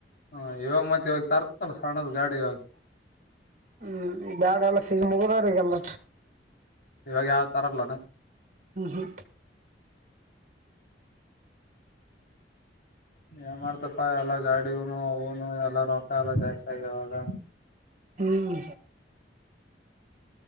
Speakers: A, on the left; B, on the right.
A: ಹಾ ಇವಾಗ ಮತ್ತೆ ಇವಾಗ ತರ್ತಲ್ಲ ಸಣ್ಣದ ಗಾಡಿ ಇವಾಗ.
B: ಹ್ಮ್ ಬ್ಯಾಡ ಎಲ್ಲ ಸೀಜ ಮುಗದರಿಗೆಲ್ಲ.
A: ಇವಾಗ ಯಾವ್ದ ತರ ಲಡ್ಡ.
B: ಹ್ಮ
A: ಏನ್ ಮಾಡ್ತಪ್ಪಾ ಎಲ್ಲ ಗಾಡಿನು ಅವ್ನು ಎಲ್ಲ ರೊಕ್ಕ ಎಲ್ಲ ಜಾಸ್ತಿ ಆಗ್ಯವ ಇವಾಗ.
B: ಹ್ಮ